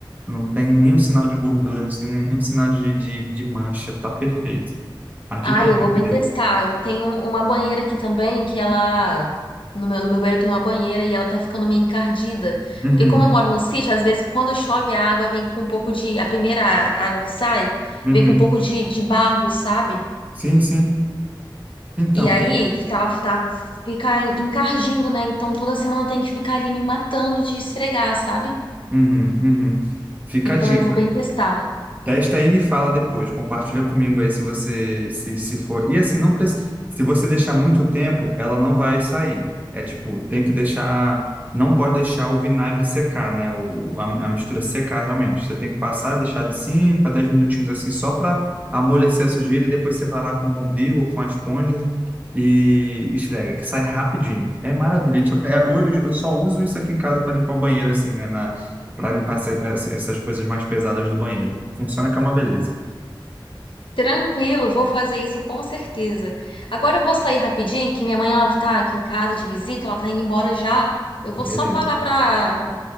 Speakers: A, on the right; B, on the left.
A: Não tem nenhum sinal de gordura, não tem nenhum sinal de, de, de mancha, tá perfeito. Aí
B: Ah,
A: fica a
B: eu
A: dica
B: vou bem
A: dele.
B: testar. Eu tenho um, uma banheira aqui também que ela. No meu, no meu banheiro tem uma banheira e ela tá ficando meio encardida.
A: Uhum,
B: Porque como eu moro no sítio, às vezes quando chove a água vem com um pouco de. A primeira água que sai
A: uhum.
B: vem com um pouco de, de barro, sabe?
A: Sim, sim. Então,
B: E aí, tava, tava, fica en- encardindo, né? Então toda semana eu tenho que ficar ali me matando de esfregar, sabe?
A: uhum, uhum. Fica
B: Então
A: a dica.
B: eu vou bem testar.
A: Testa aí e me fala depois. Compartilha comigo aí se você se, se for. E assim, não precisa. Se você deixar muito tempo, ela não vai sair. É tipo, tem que deixar. Não pode deixar o vinagre secar, né? O, o- a, a mistura secar realmente. Você tem que passar, deixar de 5 a 10 minutinhos assim, só para amolecer a sujeira e depois você vai lá com o bombril ou com a esponja e esfrega, que sai rapidinho. É maravilha. A gente, apre- é, hoje eu só uso isso aqui em casa para limpar o banheiro, assim, né? para limpar essa- essa- essas coisas mais pesadas do banheiro. Funciona que é uma beleza.
B: Tranquilo, vou fazer isso com certeza. Agora eu vou sair rapidinho, que minha mãe ela tá aqui em casa de visita, ela tá indo embora já. Eu vou
A: Beleza.
B: só parar pra,